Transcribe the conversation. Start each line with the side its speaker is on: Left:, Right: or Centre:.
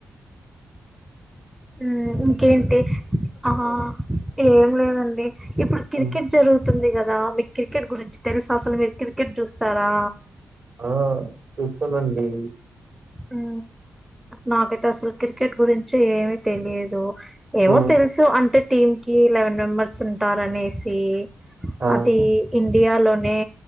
Centre: ఉ ఇంకేంటి ఆ ఏం లేదండి ఇప్పుడు క్రికెట్
Right: ఉమ్,
Centre: జరుగుతుంది కదా మీకు క్రికెట్ గురించి తెలుసా అసలు మీరు క్రికెట్ చూస్తారా
Right: ఆ చూస్తానండి
Centre: ఉ నాకైతే అసలు క్రికెట్ గురించి ఏమీ తెలియదు ఏమో
Right: మ్మ్
Centre: తెలుసు అంటే టీమ్ కి లెవెన్ మెంబర్స్ ఉంటారు అనేసి
Right: ఆ
Centre: అదే ఇ ఇండియాలోనే